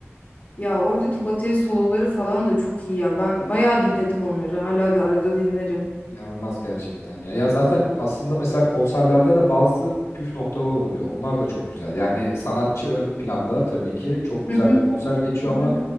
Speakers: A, on the left (about 45°); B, on the left (about 85°).
A: Ya oradaki bateri soloları falan da çok iyi ya. Ben bayağı dinledim onları. Hala da arada dinlerim.
B: İnanılmaz gerçekten ya. Ya zaten aslında mesela konserlerde de bazı püf noktalar oluyor. Onlar da çok güzel. Yani sanatçı ön planda tabii ki çok güzel
A: Hı hı.
B: bir konser geçiyor
A: Hı
B: ama
A: hı.